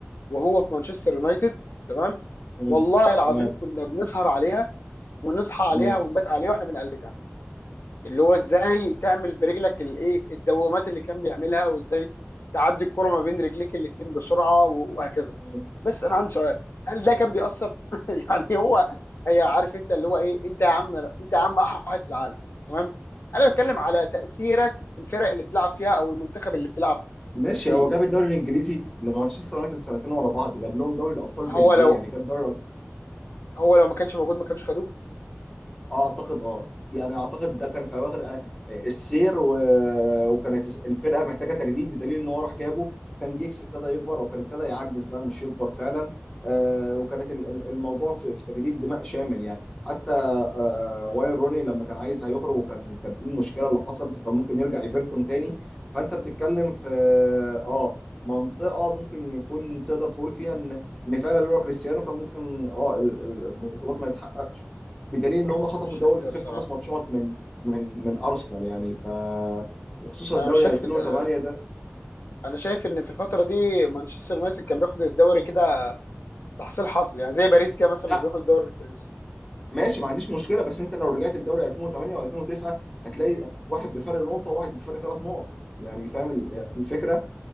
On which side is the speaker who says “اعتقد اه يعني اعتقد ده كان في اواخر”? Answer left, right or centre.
Left